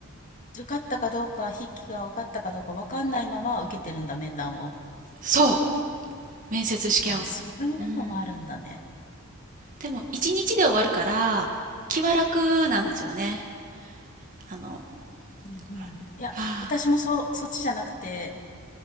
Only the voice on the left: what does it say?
受かったかどうか、筆記が受かったかどうか分かんないまま受けてるんだ、面談を。
あ、そういうのもあるんだね。
うんうんうん。
いや、私もそう、
そっちじゃなくて、